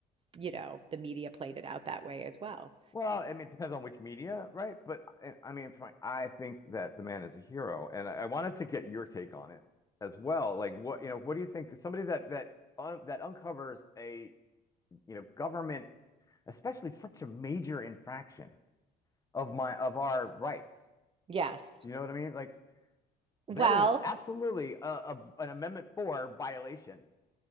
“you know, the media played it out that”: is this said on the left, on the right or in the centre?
Right